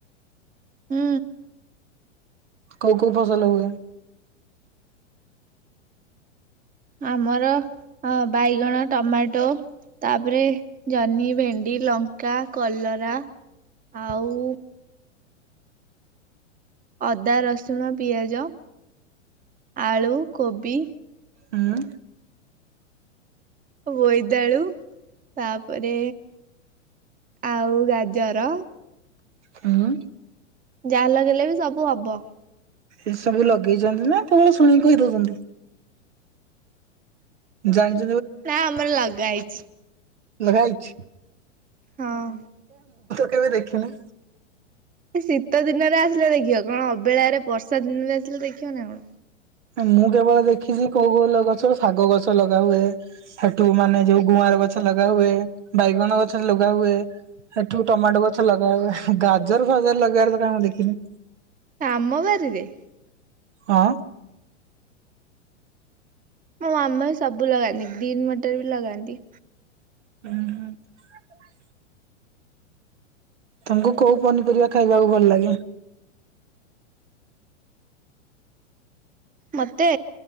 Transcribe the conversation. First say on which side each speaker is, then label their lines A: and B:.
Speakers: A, on the right; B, on the right.
A: ହୁଁ।
B: କୋଉ କୋଉ ଫସଲ ହୁଏ?
A: ଆମର ହଁ ବାଇଗଣ, ଟମାଟୋ ତାପରେ ଜହ୍ନି, ଭେଣ୍ଡି, ଲଙ୍କା, କଲରା। ଆଉ ଅଦା, ରସୁଣ, ପିଆଜ, ଆଳୁ, କୋବି
B: ହୁଁ,
A: ବୋଇତାଳୁ ତାପରେ ଆଉ ଗାଜର
B: ହୁଁ।
A: ଯାହା ଲଗେଇଲେ ବି ସବୁ ହବ।
B: ଏ ସବୁ ଲଗେଇଚନ୍ତି ନା? କୋଉଠୁ ଶୁଣିକି କହିଦଉଚନ୍ତି? ଜାଣିଚ
A: ନା ଆମର ଲଗାହେଇଛି।
B: ଲଗାହେଇଛି?
A: ହଁ।
B: କେବେ ଦେଖିନି?
A: ଶୀତ ଦିନରେ ଆସିଲେ ଦେଖିବ। କଣ ଅବେଳାରେ ବର୍ଷା ଦିନରେ ଆସିଲେ ଦେଖିବ ନା କଣ?
B: ଏ ମୁଁ କେବଳ ଦେଖିଚି କୋଉ କୋଉ ଲ- ଗଛ ଶାଗ ଗଛ ଲଗା ହୁଏ। ସେଠୁ ମାନେ ଯୋଉ ଗୁଆଁର ଗଛ ଲଗା ହୁଏ, ବାଇଗଣ ଗଛ ଲଗା ହୁଏ। ସେଠୁ ଟମାଟୋ ଗଛ ଲଗାହୁଏ। ଗାଜର ଫାଜର ଲଗେଇବାରେ ତ କାଁଇଁ ମୁଁ ଦେଖିନି।
A: ଆମ ବାରିରେ?
B: ହଁ।
A: ମୋ ମାମା ବି ସବୁ ଲଗାନ୍ତି। ଗ୍ରୀନ୍ ମଟର ବି ଲଗାନ୍ତି।
B: ଉଁ, ହୁଁ। ତୋମକୁ କୋଉ ପନିପରିବା ଖାଇବାକୁ ଭଲ ଲାଗେ?
A: ମୋତେ?